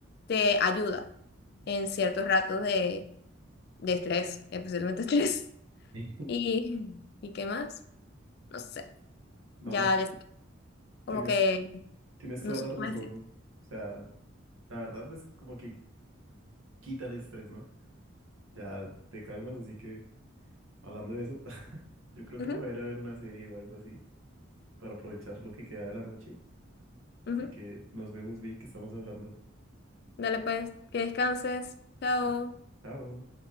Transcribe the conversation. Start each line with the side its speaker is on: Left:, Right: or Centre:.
Left: te ayuda en ciertos ratos de, de estrés, especialmente <laughs> estrés.
Right: Sí.
Left: ¿Y, ¿y qué más? No sé.
Right: No,
Left: Ya,
Right: ti-
Left: ya sé. Como
Right: tienes,
Left: que
Right: tienes
Left: no
Right: toda
Left: sé
Right: la
Left: qué
Right: razón.
Left: más decir.
Right: O sea, la verdad, pues como que quita el estrés, ¿no? Ya te calmas, así que hablando de eso, <laughs> yo creo
Left: Ujú,
Right: que me voy a ir a ver una serie o algo así para aprovechar lo que queda de la noche.
Left: ujú,
Right: Así
Left: ujú.
Right: que nos vemos, Vic, que estamos hablando.
Left: Dale pues, que descanses. Chao.
Right: Ah, Chao.